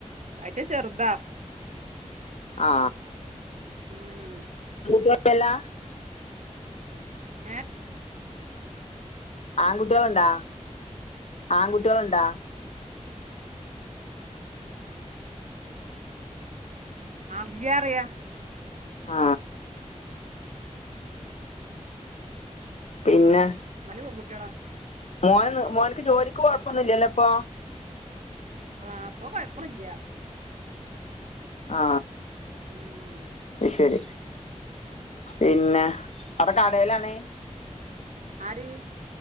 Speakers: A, on the right; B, on the left.
A: അയിറ്റാ ചെറ്താ
B: ആ
A: ഉം
B: <unintelligible> ല്ലല്ലോ
A: ഏ
B: ആൺകുട്ടികളുണ്ടാ ആൺകുട്ടികളുണ്ടാ
A: ഇല്ലാ റിയാ
B: ആ പിന്നെ
A: ഉം നല് പെൺകുട്ട്യാ ളാ
B: മോന് ന്ന് മോന്ക്ക് ജോലിക്ക് കൊഴപ്പൊന്നുല്ലല്ലോ ഇപ്പൊ
A: പ്പാ പ്പൊ കൊഴപ്പം ല്ല
B: ആ
A: ഉം
B: അഹ്ശരി പിന്നെ അടെ കാടേലാണേ
A: ആര്